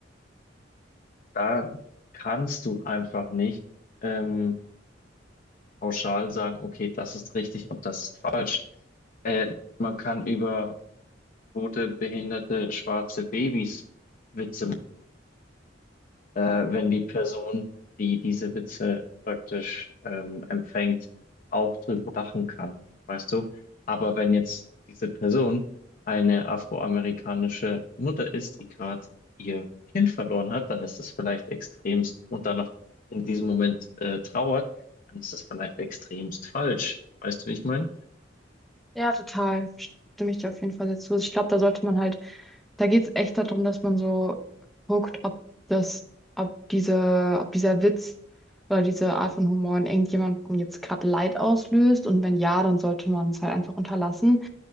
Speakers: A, on the left; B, in the centre.
A: da kannst du einfach nicht. Ähm, pauschal sagen, okay, das ist richtig und das ist falsch. Äh, man kann über tote, behinderte, schwarze Babys Witze äh, wenn die Person, die diese Witze praktisch ähm, empfängt, auch drüber lachen kann, weißt du? Aber wenn jetzt diese Person eine afroamerikanische Mutter ist, die gerade ihr Kind verloren hat, dann ist es vielleicht extremst und dann noch in diesem Moment äh, trauert, dann ist es vielleicht extremst falsch. Weißt du, wie ich meine?
B: Ja, total. Stimme ich dir auf jeden Fall dazu. Ich glaube, da sollte man halt, da geht es echt darum, dass man so guckt, ob das, ob diese, ob dieser Witz oder diese Art von Humor in irgendjemandem jetzt gerade Leid auslöst. Und wenn ja, dann sollte man es halt einfach unterlassen.